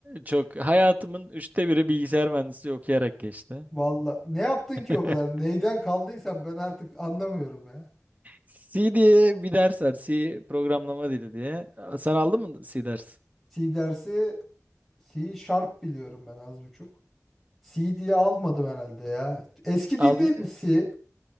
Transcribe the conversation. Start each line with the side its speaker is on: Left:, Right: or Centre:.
Right: Çok hayatımın üçte biri bilgisayar mühendisliği okuyarak geçti.
Centre: Valla ne yaptın ki
Right: <laughs>
Centre: o kadar? Neyden kaldıysan ben artık anlamıyorum ya.
Right: C diye bir ders var. C programlama dili diye. Sen aldın mı C ders?
Centre: C dersi C Sharp biliyorum ben az buçuk. C diye almadım herhalde ya. Eski
Right: Almış.
Centre: dil değil mi C?